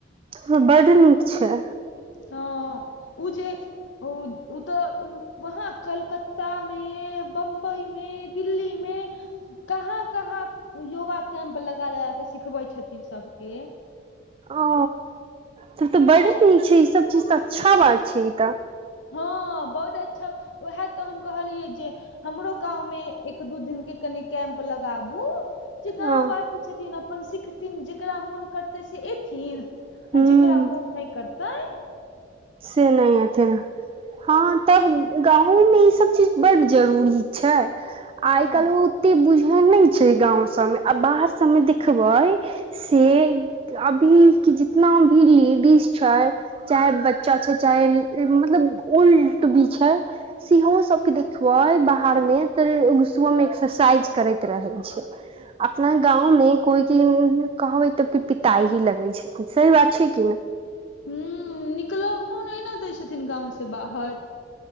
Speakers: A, on the right; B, on the left.
A: हँ बड नीक छै
B: हँ उ जे ओ उत तऽ वहा कलकत्ता में बम्बई में दिल्ली में कहाँ कहाँ योगा कैम्प लगा लगा क सिखबै छथिन सबके
A: ओ त तऽ बड़
B: हँ
A: नीक छै ई सब चीज तऽ अच्छा बात छै ई तऽ
B: हँ बहुत अच्छा उएह तऽ हम कहलियै जे हमरो गाँंव मे एक दू दिन के कनि कैम्प लगाबू जे गाँववासी
A: ह
B: छथिन अपन सिखथिन जेकरा मोन करतै से एथिन आ
A: ह
B: जेकरा मोन नहि करतै
A: से नहि अथ हँ तब गाँवोमे ई सब चीज बड्ड जरूरी छै
B: हँ
A: आइ काल्हि ओ एते बुझै नहि छै गाँव सबमे आ बाहर सभमे देखबै ओ अभी के जितना भी लेडीज छै चाहे बचा छै चाहे मतलब ओल्ट भी छै सेहो सबके देखबै बाहर मे तऽ सुब मे एक्सरसाइज करैत रहे छै अपना गाँव मे कोइ की कहबै तब कि पिता ही लगै छथिन सही बात छै कि ने
B: ह निकलहो नहिना दै छथिन गाँव से बाहर